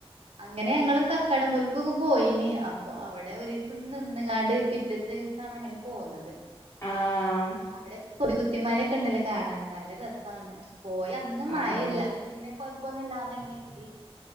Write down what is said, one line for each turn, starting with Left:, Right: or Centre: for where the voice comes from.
Right: അങ്ങനെ നിങ്ങള് ക കടംമ്പുല്ക്ക് ഒക്കെ പോയിന് അപ്പൊ അവിടെ ഒരീസം നിന്നങ്ങാണ്ട് പിറ്റത്തെ ദിവസമാണ് അങ്ങനെ പോന്നത്.
Left: ആഹ്
Right: അവിടെ കൊടികുത്തിമാലയൊക്കെ ഉണ്ടല്ലോ കാണാൻ നല്ല രസമാണ്. പോയ അന്ന്
Left: ആഹ്
Right: മഴയില്ല
Left: ആഹ്
Right: അപ്പ പിന്നെ കൊഴപ്പൊന്നും ഇല്ലാതെ എങ്ങനെ എത്തി.